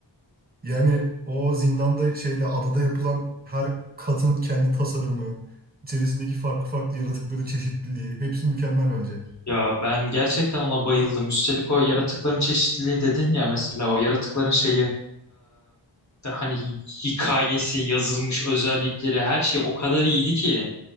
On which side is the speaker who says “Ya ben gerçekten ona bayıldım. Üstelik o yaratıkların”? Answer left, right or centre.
Left